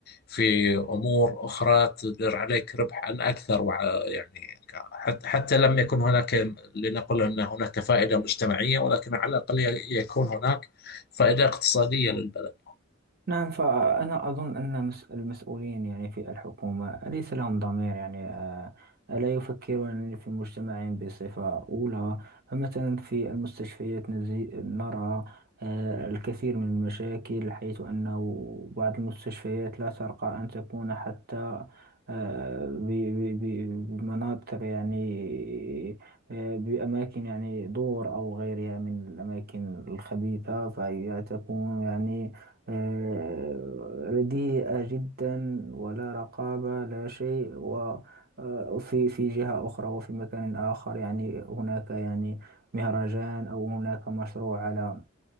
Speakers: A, on the left; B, on the right.
A: في أمور أخرى تدر عليك ربحا أكثر وع- يعني ك- حت- حتى لم يكن هناك لنقل أن هناك فائدة مجتمعية ولكن على الأقل ي- يكون هناك فائدة اقتصادية للبلد
B: نعم فأنا أظن أن مس- المسؤولين يعني في الحكومة ليس لهم ضمير يعني آه، لا يفكرون في مجتمعهم بصفة أولى فمثلا في المستشفيات نزي- نرى آه، الكثير من المشاكل حيث أنه بعض المستشفيات لا ترقى أن تكون حتى آه، ب- ب- ب- بمناطق يعني آه، بأماكن يعني دور أو غيرها من الأماكن الخبيثة فهي تكون يعني آه، رديئة جدا ولا رقابة لا شيء و آه، في في جهة أخرى وفي مكان آخر يعني هناك يعني مهرجان أو هناك مشروع على